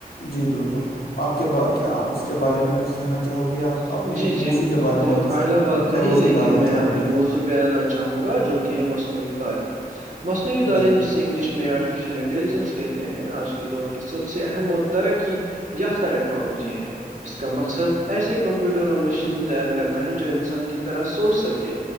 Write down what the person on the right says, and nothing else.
جی جی
بہت
اعلیٰ بات کہی
لیکن
میں
اپنے
موضوع آنا چاہوں گا جو کہ ہے مصنوعی تعلیم مصنوعی تعلیم
جسے انگلش میں میں آرٹیفیشیل انٹیلیجنس کہتے ہیں آج کے دور کی سب سے اہم اور ترقی یافتہ ٹیکنالوجی ہے اس کا مقصد ایسےے کمپیوٹر اور مشینس تیار کرنا ہے جو انسان کی طرح سوچ سکے